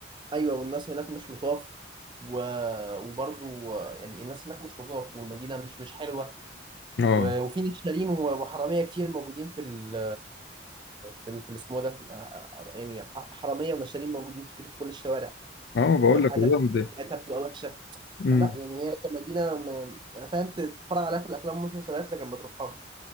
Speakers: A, on the right; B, on the left.
A: ايوه والناس هناك مش لطاف و... وبرضو يعني الناس هناك مش لطاف والمدينه مش مش حلوه
B: اه
A: و... وفي نشالين و- وحراميه كتير موجودين في ال في ال في الاسمه ده يعني ح- حراميه ونشالين موجودين كتير في كل الشوارع
B: اه بقول
A: والحاجه
B: لك والله ده
A: بتاعتها بتبقى وحشه
B: امم
A: فلا يعني هي كمدينه ما- فاهم تتفرج عليها في الافلام والمسلسلات لكن ما تروحهاش